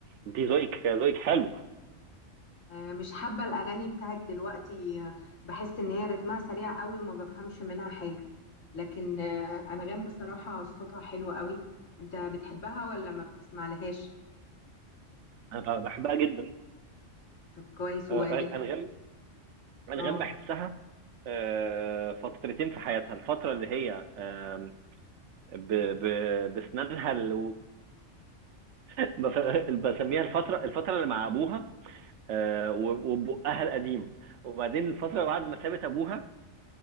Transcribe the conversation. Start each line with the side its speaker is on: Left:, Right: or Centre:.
Right: أنت ذوقك ذوقك حلو
Left: آه، مش حابة الأغاني بتاعت دلوقتي آه، بحس إن هي رتمها سريع قوي وما بفهمش منها حاجة لكن آه، أنغام بصراحة صوتها حلو قوي أنت بتحبها ولا ما بتسمع لهاش
Right: أنا ب- بحبها جدا
Left: طب كويس
Right: آه،
Left: وبن
Right: آه، أنغام أنغام
Left: اه
Right: بحسها آه، فترتين في حياتها الفترة اللي هي آم، ب... ب... بسنانها ال... <laughs> بسميها الفترة الفترة اللي مع أبوها آه، و- وبقها القديم وبعدين الفترة بعد ما سابت أبوها